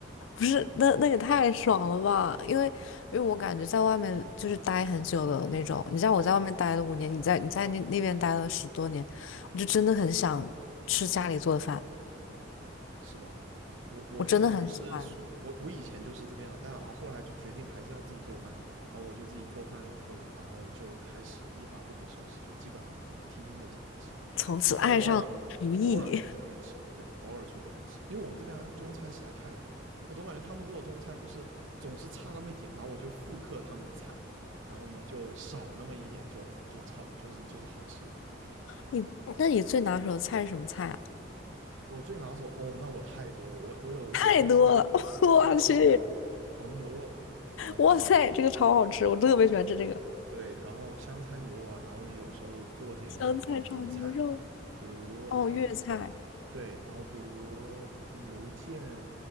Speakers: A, on the left; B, on the right.
A: 不是，那那也太爽了吧？因为因为我感觉在外面就是待很久的那种，你像我在外面待了五年，你在你在那那边待了十多年，我就真的很想吃家里做的饭，
B: 是吧？我我现在就是属我我以前就是这个样，
A: 我真的很喜欢，
B: 但然后后来就决定还是要自己做饭，然后我就自己做饭了以后，然后就开始一发不可收拾，就基本上我就是天天在家里吃。
A: 从此爱上厨艺。
B: 偶尔偶尔出去外面吃，
A: <laughs>
B: 对，偶尔出去外面吃，因为我们这边中餐实在太多了，我总感觉他们做的中餐就是总是差那么一点，然后我就复刻他们的菜，然后呢就少那么一点就，就差不就是就是好吃的。
A: 你那你最拿手的菜是什么菜啊？
B: 我最拿手哦，那我太多了，我我有我会做小炒黄牛肉啊，
A: 太多了，<laughs> 我去，哇塞，这个超好吃，我特别喜欢吃这个。
B: 对，然后香菜牛肉啊，然后呢有时候做点广东菜，
A: 香菜炒牛肉，
B: 比如啊、
A: 哦，
B: 呃
A: 粤菜
B: 对，然后比如牛腱